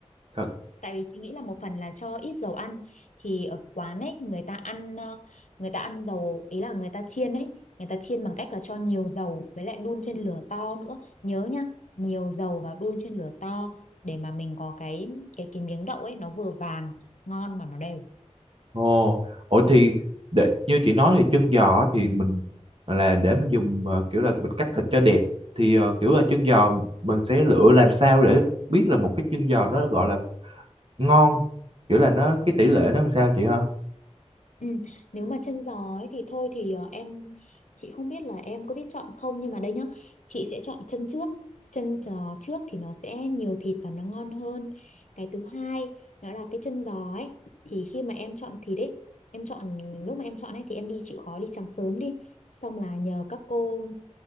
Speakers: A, on the right (about 50°); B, on the left (about 80°).
A: Thật.
B: Tại vì chị nghĩ là một phần là cho ít dầu ăn thì ở quán ấy người ta ăn ờ, người ta ăn dầu ý là người ta chiên ấy người ta chiên bằng cách là cho nhiều dầu với lại đun trên lửa to nữa nhớ nhá nhiều dầu và đun trên lửa to để mà mình có cái cái cái miếng đậu ấy nó vừa vàng ngon mà nó đều
A: Ồ, ủa thì để, như chị nói thì chân giò á thì mình là để mình dùng ờ, kiểu là mình cắt thịt cho đẹp thì ờ, kiểu là chân giò mình sẽ lựa làm sao để biết là một cái chân giò nó gọi là ngon, kiểu là nó cái tỷ lệ nó làm sao chị ha?
B: Ừ, nếu mà chân giò ấy thì thôi thì ờ, em chị không biết là em có biết chọn không nhưng mà đây nhá chị sẽ chọn chân trước chân giò trước thì nó sẽ nhiều thịt và nó ngon hơn cái thứ hai đó là cái chân giò ấy thì khi mà em chọn thịt ấy em chọn lúc mà em chọn ấy thì em đi chịu khó đi sáng sớm đi xong là nhờ các cô